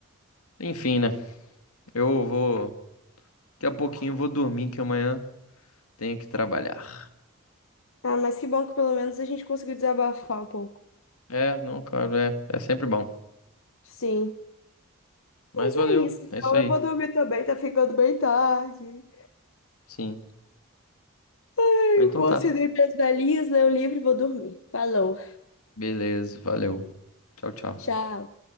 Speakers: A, on the left (about 80°); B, on the left (about 60°).
A: enfim, né? Eu vou, daqui a pouquinho eu vou dormir, que amanhã tenho que trabalhar.
B: Ah, mas que bom que pelo menos a gente conseguiu desabafar um pouco.
A: É, não, cara, é, é sempre bom.
B: Sim.
A: Mas
B: Mas
A: valeu,
B: é isso. Então,
A: é isso aí.
B: eu vou dormir também, tá ficando bem tarde.
A: Sim.
B: Eu
A: Ah, Então
B: vou
A: tá.
B: acender minhas velhinhas, ler um livro e vou dormir. Falou.
A: Beleza, valeu. Tchau, tchau.
B: Tchau.